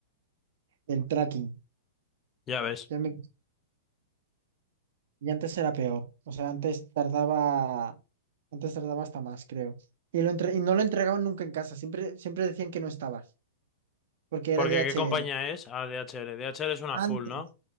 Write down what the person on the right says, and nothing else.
el tracking.
Ya me- y antes era peor. O sea, antes tardaba, antes tardaba hasta más, creo. Y, lo entre- y no lo entregaban nunca en casa, siempre, siempre decían que no estabas, porque era
DHL.
Antes,